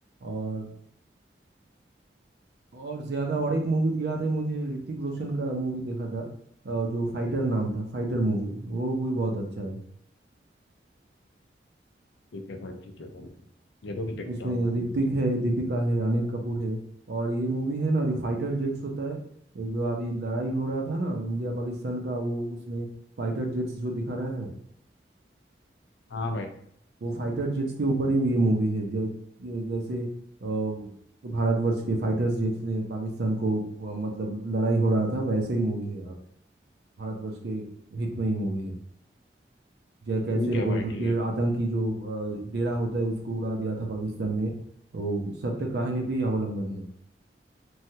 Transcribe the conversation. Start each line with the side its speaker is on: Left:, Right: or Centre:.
Right: और और ज्यादा और एक मूवी याद है मुझे ऋतिक रोशन का मूवी देखा था अ, जो फाइटर नाम था फाइटर मूवी वो भी बहुत अच्छा है
Left: ठीक है भाई ठीक है भाई जरूर देखता
Right: उसमें
Left: हूँ मान
Right: ऋतिक
Left: लीजिए
Right: है दीपिका है अनिल कपूर है और ये मूवी है ना जो फाइटर जेट्स होता है ये जो अभी लड़ाई हो रहा था ना इंडिया पाकिस्तान का वो उसमें फाइटर जेट्स जो दिखा रहा है
Left: हाँ भाई
Right: वो फाइटर जेट्स के ऊपर ही ये मूवी है जै, जैसे अ, भारतवर्ष के फाइटर्स जेट्स ने पाकिस्तान को अ, मतलब लड़ाई हो रहा था वैसे ही मूवी है अब भारतवर्ष के हित में ही मूवी है जै कैसे
Left: ठीक है
Right: वो
Left: भाई ठीक
Right: टेर-
Left: है भाई
Right: आतंकी जो अ, डेरा होता है उसको उड़ा दिया था पाकिस्तान में तो सत्य कहानी पे ही अवलंबन है